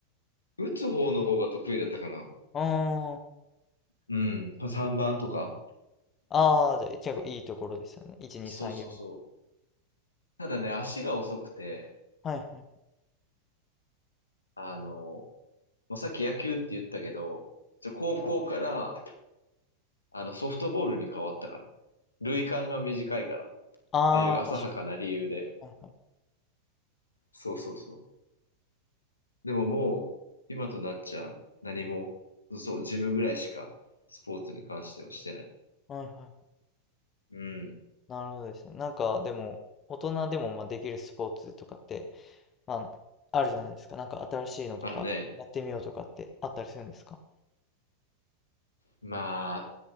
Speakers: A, on the left (about 75°); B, on the left (about 25°).
A: う。打つ方の方が得意だったかな。
B: うーん。
A: うん。3番とか
B: ああ、じゃあ、結構いいところですよね。1、2、
A: そうそうそう。
B: 3、4。
A: ただね、足が遅くて、
B: はいはい。
A: あの、まあ、さっき野球って言ったけど、じゃ高校からあのソフトボールに変わったから。塁間が短いからっ
B: ああ、
A: ていう浅はかな理由で。
B: 確かに。はいは
A: そうそうそう。でももう、今となっちゃ、何も、そう、ジムぐらいしか、スポーツに関してはしてない。
B: い。はいはい。
A: うん。
B: なるほどですね。なんか、でも、大人でもまあできるスポーツとかって、まあ、あるじゃないですか。なんか新しいのとか、
A: あのね、
B: やってみようとかってあったりするんですか
A: ま